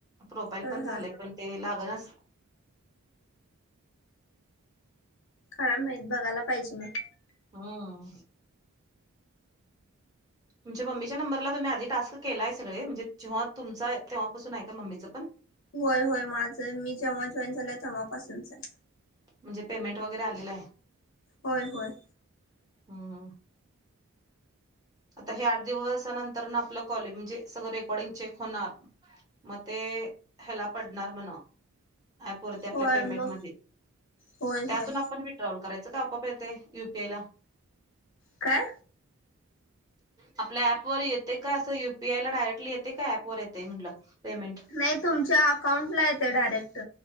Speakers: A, on the right; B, on the left.
A: प्रोफाईल
B: हा
A: पण झालंय
B: हा
A: पण ते लाग गनास
B: काय माहित बघायला पाहिजे म
A: हम्म तुमच्या मम्मीच्या नंबरला तुम्ही आधी टास्क केलाय सगळे म्हणजे जेव्हा तुमच आहे तेव्हापासून आहे का मम्मीचं पण
B: होय होय माझं मी जेव्हा जॉईन झालं तेव्हापासूनच आहे.
A: म्हणजे पेमेंट वगैरे आलेल आहे
B: होय हाय.
A: हूं हूं आता हे आठ दिवस नंतर आपलं कॉल ये म्हणजे सगळं रेकॉर्डिंग चेक होणार म ते ते ह्याला पडणार म्हणा अँप वरती आपल्या
B: होय
A: पेमेंटमध्ये
B: मग होय
A: त्यातून
B: होय
A: आपण विथड्रॉल करायचं. आपाप येते यु पी आय ला
B: काय?
A: आपल्या ऍपवर येते का असं युपीआयला डायरेक्टली येते का ऍपवर येते म्हटलं. पेमेंट
B: नाही तुमच्या अकाउंटला येतं डायरेक्ट